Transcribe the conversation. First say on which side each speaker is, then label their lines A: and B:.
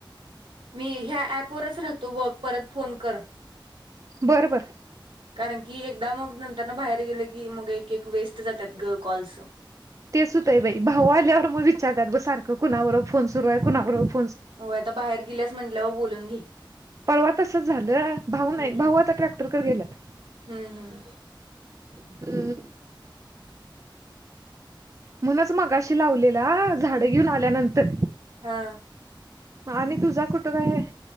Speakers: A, on the right; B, on the right.
A: मी ह्या ऍपवरच राहतो बघ परत फोन कर.
B: बर बर.
A: कारण की एकदा मग नंतरन बाहेर गेलं की मग एक एक वेस्ट जातात गं कॉल्स.
B: तेच होतय बाई भाऊ आल्यावर मग विचारतात बग सारखं कुणाबरोबर फोन सुरू आहे कुणा बरोबर फो.
A: हो आता बाहेर गेल्यास म्हटल्यावर बोलून घे.
B: परवा तसच झालं भाऊ नाही
A: हम्म
B: भाऊ आता ट्रॅक्टर कर गेल्यात.
A: हम्म हम्म.
B: हम्म. म्हणूनच मगाशी लावलेला झाड घेऊन आल्यानंतर.
A: हा.
B: आणि तुझा कुठं काय